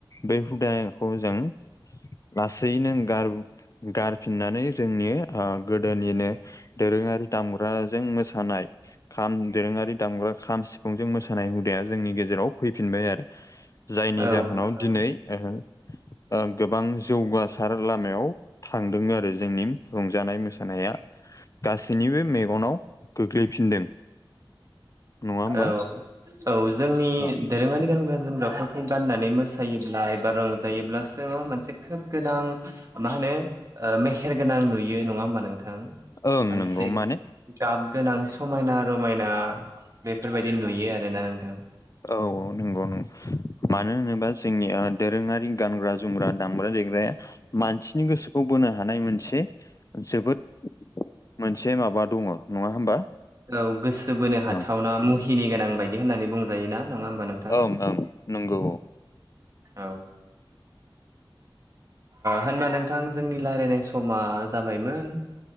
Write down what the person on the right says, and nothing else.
औ
नंगौ
औ औ जोंनि
दोरोङारि गानग्रा जोमग्राफोरखौ गाननानै मोसायोब्ला एबा रंजायोब्लासो मा मोनसे खोब गोदां मा होनो ओ मेहेर गोनां नुयो नङा होमबा नोंथां।
मोनसे
गाब गोनां समायना रमायना बेफोरबायदि नुयो आरोना नोंथां।
औ गोसो बोनो हाथावना
मुहि नि गोनां बायदि होननानै बुंजाय ना नङा होमबा नोंथां
औ होनबा नोंथां जोंनि रायज्लायनाय समा जाबायमोन